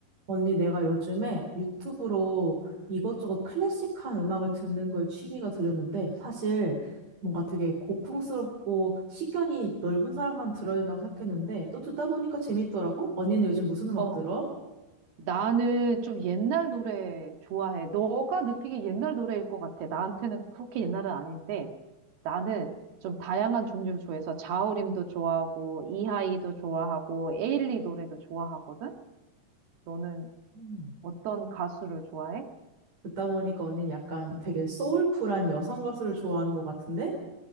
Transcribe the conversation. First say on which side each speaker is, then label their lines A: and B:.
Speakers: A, on the right; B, on the right.
A: 언니, 내가 요즘에 유튜브로 이것저것 클래식한 음악을 듣는 걸 취미가 들였는데, 사실 뭔가 되게 고풍스럽고 식견이 넓은 사람만 들어야 된다고 생각했는데, 또 듣다 보니까 재밌더라고? 언니는 요즘 무슨 음악
B: 어,
A: 들어?
B: 나는 좀 옛날 노래 좋아해. 너가 느끼기 옛날 노래일 것 같아. 나한테는 그렇게 옛날은 아닌데, 나는 좀 다양한 종류를 좋아해서 자우림도 좋아하고, 이하이도 좋아하고, 에일리 노래도 좋아하거든? 너는
A: 음.
B: 어떤 가수를 좋아해?
A: 듣다 보니까 언니는 약간 되게 소울풀한 여성 가수를 좋아하는 것 같은데?